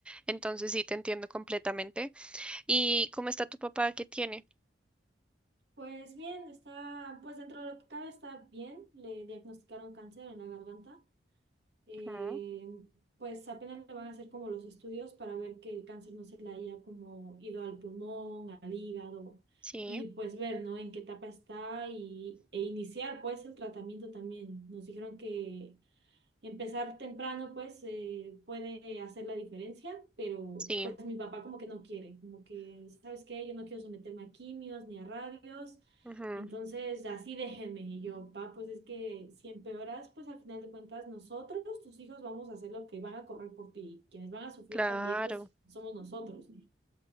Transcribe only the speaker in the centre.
Entonces sí, te entiendo completamente. ¿Y cómo está tu papá? ¿Qué tiene?
Ujú,
Sí,
sí,
ujú,
claro.